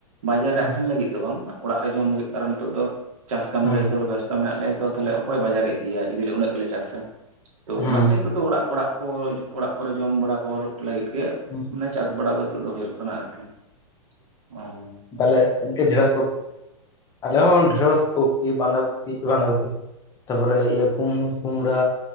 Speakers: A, on the right; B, on the left.
A: ᱵᱟᱡᱟᱨ ᱨᱮ
B: ᱦᱮᱸ
A: ᱟᱠᱷᱨᱤᱧ ᱞᱟᱹᱜᱤᱜ ᱫᱚ ᱵᱟᱝ ᱚᱲᱟᱜ ᱨᱮ ᱡᱚᱢ ᱞᱟᱹᱜᱤᱫ ᱠᱟᱨᱚᱱ ᱱᱤᱛᱚᱜ ᱫᱚ ᱪᱟᱥ ᱠᱟᱹᱢᱤ
B: ᱦᱮᱸ
A: ᱨᱮ ᱡᱚᱛᱚ ᱦᱚᱲ ᱵᱮᱥ ᱢᱮᱱᱟᱜ ᱞᱮᱭᱟ ᱛᱚ ᱛᱟᱦᱞᱮ ᱚᱠᱚᱭ ᱵᱟᱡᱟᱨᱮ ᱤᱫᱤᱭᱟ ᱤᱫᱤᱨᱮ ᱩᱱᱟᱹᱜ ᱜᱮᱞᱮ ᱪᱟᱥᱟ ᱛᱚ
B: ᱦᱮᱸ
A: ᱚᱱᱛᱮ ᱱᱤᱛᱚᱜ ᱫᱚ ᱚᱲᱟᱜ ᱚᱲᱟᱜ ᱠᱚ ᱚᱲᱟᱜ ᱠᱚᱨᱮ ᱡᱚᱢ ᱵᱟᱲᱟ ᱠᱚ ᱞᱟᱹᱜᱤᱫ ᱜᱮ
B: <inaudible>
A: ᱢᱟᱱᱮ ᱪᱟᱥ ᱵᱟᱲᱟ ᱫᱚ ᱦᱤᱛᱚᱜ ᱫᱚ ᱦᱩᱭᱩᱜ ᱠᱟᱱᱟ ᱟᱨᱠᱤ᱾ ᱚᱸ
B: ᱛᱟᱦᱞᱮ, ᱠᱟᱹᱴ ᱰᱷᱮᱲᱚᱥ ᱟᱞᱮ ᱦᱚᱸ ᱰᱷᱮᱲᱚᱥ ᱠᱚᱯᱤ ᱵᱟᱸᱫᱷᱟ ᱠᱚᱯᱤ ᱵᱟᱸᱫᱷᱟ ᱠᱚᱯᱤ <unintelligible> ᱛᱟᱯᱚᱨᱮ ᱤᱭᱟᱹ ᱠᱩᱢᱩ ᱠᱩᱢᱲᱟ